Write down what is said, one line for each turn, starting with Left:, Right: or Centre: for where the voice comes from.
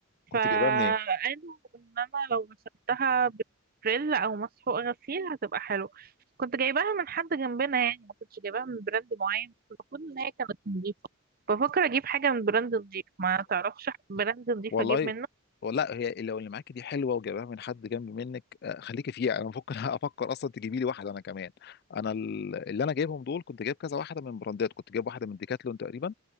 Left: كنت
Right: فقالوا
Left: جايبها منين
Right: ان انا لو غسلتها بفريل او مسحوق غسيل هتبقى حلو كنت جايباها من حد جنبنا يعني ما كنتش جايباها من براند معين بس المفروض ان هي كانت نظيفه بفكر اجيب حاجه من براند نظيف ما تعرفش براند نظيف
Left: والله
Right: اجيب منه
Left: لا هي لو اللي معاكي دي حلوه وجايبها من حد جنب منك آه، خليكي فيها انا ممكن <laughs> افكر اصلا تجيبي لي واحده انا كمان انا ال- اللي انا جايبهم دول كنت جايب كذا واحده من براندات كنت جايب واحده من ديكاتلون تقريبا